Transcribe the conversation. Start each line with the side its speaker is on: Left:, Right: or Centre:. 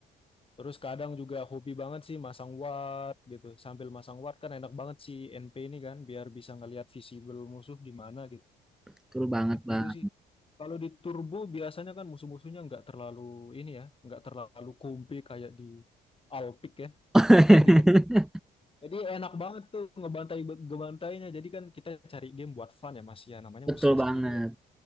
Left: terus kadang juga hobi banget sih masang ward gitu. Sambil masang ward kan enak banget si NP ini kan biar bisa ngelihat visible musuh di mana gitu.
Centre: betul banget
Left: Jadi
Centre: bang.
Left: itu sih. Kalau di turbo biasanya kan musuh-musuhnya nggak terlalu ini ya, nggak terlalu kumpi kayak di Alpic ya,
Centre: <laughs>
Left: kayak di Red. Jadi enak banget tuh ngebantai ngebantainya. Jadi kan kita cari game buat fun ya Mas ya, namanya
Centre: Betul
Left: usia segini
Centre: banget.
Left: ya.